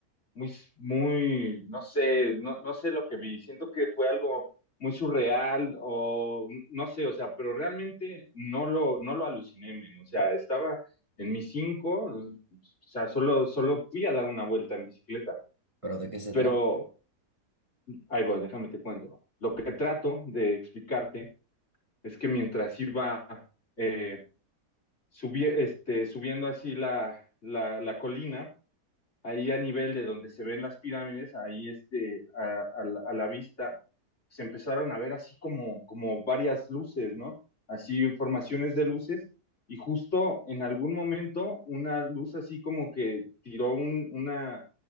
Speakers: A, on the left; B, on the right.
A: muy, muy, no sé, no, no sé lo que vi. Siento que fue algo muy surreal o no sé, o sea, pero realmente no lo, no lo aluciné, men. O sea, estaba en mis cinco, o sea, solo, solo fui a dar una vuelta en bicicleta.
B: ¿Pero de qué se
A: Pero,
B: trata?
A: ahí voy, déjame te cuento. Lo que trato de explicarte es que mientras iba eh, subi- este, subiendo así la, la, la colina, ahí a nivel de donde se ven las pirámides, ahí este, a, a la a la vista, se empezaron a ver así como, como varias luces, ¿no? Así formaciones de luces, y justo en algún momento una luz así como que tiró un, una,